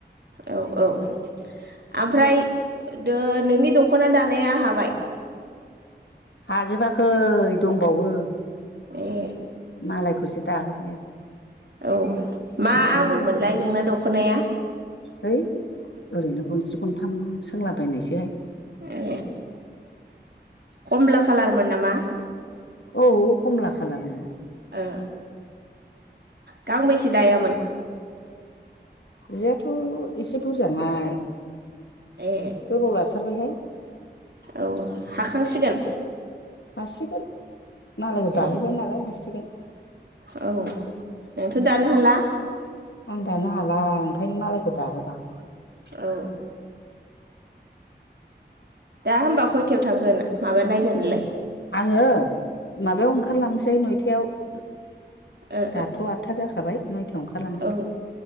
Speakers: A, on the right; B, on the left.
A: औ औ ओमफ्राय द नोंनि दख'ना दानाया हाबाय
B: हाजोबाखै दंबावो
A: ए
B: मालायखौसो दाहोबाय आं
A: औ मा
B: आथिंनि
A: आगरमोनलाय
B: थाखायनो
A: नोंना दख'नाया
B: हैइ ओरैनो गनसे गनथाम सोंलाबायनायसैहाय
A: ए कमला खालारमोन नामा?
B: औ कमला खालारनि
A: ओ गांबैसे दायामोन?
B: जियाथ' एसे बुरजाहाय
A: ए
B: गोबाव लाथारबायहाय
A: औ हाखांसिगोन
B: हसिगोन मालायखौ
A: ए
B: दाहोबाय नालाय हारसिगोन
A: औ नोंथ' दानो हाला
B: आं दानो हाला ओंखायनो मालायखौ दा हो दां
A: औ दा होमबा खयथायाव थांगोन माबा नायजानायलाय
B: आङो माबायाव ओंखारलांनोसै नयथायाव <unintelligible>
A: ओ
B: दाथ' आदथा जाखाबाय नयथायाव ओंखारलांसै
A: ओ औ